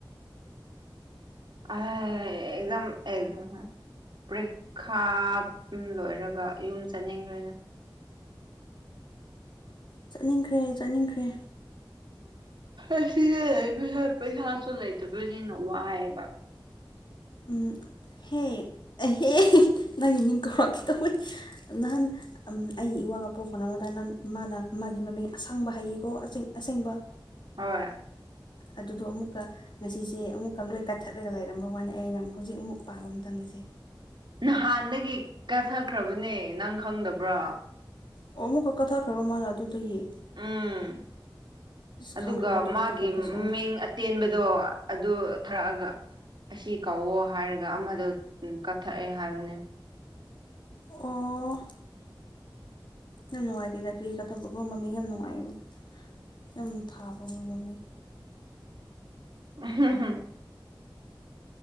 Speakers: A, on the right; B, on the left.
A: ꯑꯥꯏ ꯑꯦꯛꯖꯝ ꯑꯦꯛꯖꯥꯝ ꯍꯥꯏꯌꯦ ꯄ꯭ꯔꯦꯛꯈꯥ ꯎꯝ ꯂꯣꯏꯔꯒ ꯌꯨꯝ ꯆꯠꯅꯤꯡꯈ꯭ꯔꯦꯗ
B: ꯆꯠꯅꯤꯡꯈ꯭ꯔꯦ ꯆꯠꯅꯤꯡꯈ꯭ꯔꯦ
A: ꯑꯁꯤꯗ ꯂꯩꯕꯁꯦ ꯄꯩꯁꯥꯁꯨ ꯂꯩꯇꯕꯅꯤꯅ ꯋꯥꯏ ꯌꯦꯕ
B: ꯎꯝ ꯍꯦ ꯑꯥꯍꯦ <unintelligible> ꯅꯪꯒꯤ ꯃꯤꯡ ꯀꯧꯔꯛꯈꯦ ꯇꯧꯋꯦ ꯅꯍꯥꯟ ꯑꯝ ꯑꯩꯒꯤ ꯏꯋꯥꯒ ꯄꯣꯛ ꯐꯎꯅꯕꯗ ꯅꯪ ꯃꯥꯅ ꯃꯥꯒꯤ ꯃꯃꯤꯡ ꯑꯁꯥꯡꯕ ꯍꯥꯏꯌꯦꯀꯣ ꯑꯁꯦꯡ ꯑꯁꯦꯡꯕ?
A: ꯍꯣꯏ
B: ꯑꯗꯨꯗꯣ ꯑꯃꯨꯛꯀꯥ ꯉꯁꯤꯁꯦ ꯑꯃꯨꯛꯀꯥ ꯂꯣꯏ ꯀꯠꯊꯠꯂꯒ ꯂꯩꯔꯝꯕ ꯋꯥꯅꯦ ꯑꯩꯅ ꯍꯧꯖꯤꯛ ꯑꯃꯨꯛ ꯄꯥꯕ ꯃꯇꯝꯗꯁꯦ
A: ꯅꯍꯥꯟꯗꯒꯤ ꯀꯠꯊꯠꯈ꯭ꯔꯕꯅꯦ ꯅꯪ ꯈꯪꯗꯕ꯭ꯔꯥ?
B: ꯑꯣ ꯑꯃꯨꯛꯀꯥ ꯀꯠꯊꯠꯈ꯭ꯔꯕ ꯃꯥꯅ ꯑꯗꯨꯗꯨ? <unintelligible>
A: ꯎꯝ ꯑꯗꯨꯒ
B: ꯈꯪꯈ꯭ꯔꯕꯗꯨ
A: ꯃꯥꯒꯤ
B: ꯀꯥꯈꯠꯄ
A: <unintelligible>
B: ꯁꯥꯏ
A: ꯃꯤꯡ ꯑꯠ ꯇꯦꯟꯕꯗꯣ ꯑꯗꯨ ꯊꯥꯔꯛꯑꯒ ꯑꯁꯤ ꯀꯧꯋꯣ ꯍꯥꯏꯔꯒ ꯑꯃꯗꯣ ꯎꯝ ꯀꯛꯊꯛꯑꯦ ꯍꯥꯏꯕꯅꯦ꯫
B: ꯑꯣ ꯌꯥꯝ ꯅꯨꯡꯉꯥꯏꯇꯦꯗ ꯀ꯭ꯔꯤ ꯀꯠꯊꯠꯕꯀꯣ ꯃꯥꯃꯤꯡ ꯌꯥꯝ ꯅꯨꯡꯉꯥꯏꯕ ꯌꯥꯝ ꯐꯥꯕꯒꯨꯝꯕ ꯃꯤꯡ
A: <unintelligible>